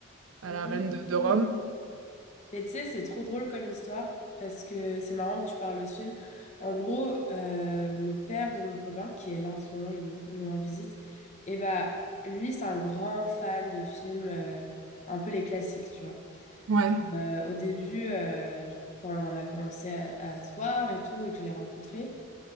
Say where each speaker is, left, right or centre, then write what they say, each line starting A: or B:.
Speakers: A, on the right (about 80°); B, on the left (about 35°).
A: à
B: oui.
A: la reine de, de Rome.
B: Mais tu sais, c'est trop drôle comme histoire parce que c'est marrant que tu parles de ce film. En gros, euh, le père de mon copain qui est là en ce moment, il nous rend visite. Et bah lui, c'est un grand fan de films, euh, un peu les classiques, tu vois.
A: Ouais.
B: Euh, au début, euh, quand on a commencé à, à se voir et tout, et que je l'ai rencontré,